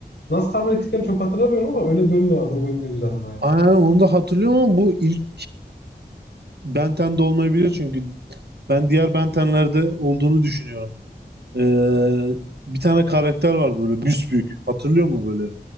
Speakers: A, on the left (about 85°); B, on the right (about 75°).
A: Nasıl tahmin ettiklerini çok hatırlamıyorum ama öyle bir bölüm vardı. O bölüm de güzeldi baya.
B: Aynen onu da hatırlıyorum ama bu ilk Ben Ten de olmayabilir çünkü ben diğer Benten'lerde olduğunu düşünüyorum. Ee, bir tane karakter vardı böyle büsbük. Hatırlıyor mu böyle?